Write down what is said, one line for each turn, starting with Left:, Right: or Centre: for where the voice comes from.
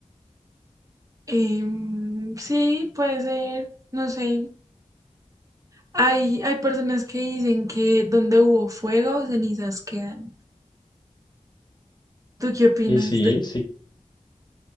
Right: Em, sí, puede ser, no sé. Hay, hay personas que dicen que donde hubo fuego, cenizas quedan. ¿Tú qué opinas
Left: Y sí,
Right: de
Left: sí,